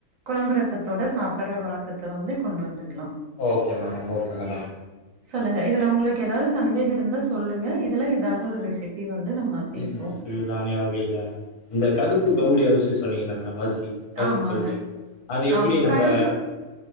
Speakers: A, on the right (about 65°); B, on the left (about 80°).
A: கொழம்பு ரசத்தோடு சாப்பிட்ற வழக் த்த வந்து கொண்டு வந்துக்லா
B: ஓகே மேடம் ஓகே மேடம்
A: சொல்லுங்க இதுல உங்களுக்கு ஏதாவது சந்தேக இருந்தா சொல்லுங்க இதுலா ஏதாவது ஒரு ரெசிபி வந்து நம்ம பேசுவோ
B: ம் சிறுதானிய வகையில இந்த கருப்பு கவுளி அரிசி சொன்னீங்கள மேடம் அரிசி கருப்பு
A: ஆமாங்க
B: கவுளி அது எப்டி
A: ஆம்
B: நம்ப
A: கருப்பு